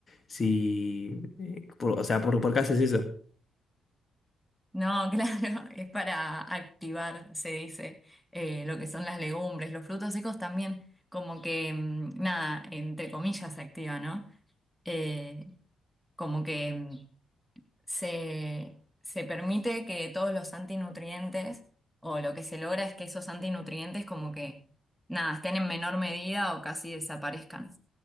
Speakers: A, on the left; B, in the centre.
A: si, eh, por- o sea, ¿por, por qué haces eso?
B: No, <laughs> claro, es para activar, se dice, eh, lo que son las legumbres, los frutos secos también, como que, mm, nada, entre comillas se activa, ¿no? Eh, como que mm, se, se permite que todos los antinutrientes, o lo que se logra es que esos antinutrientes como que, nada, estén en menor medida o casi desaparezcan.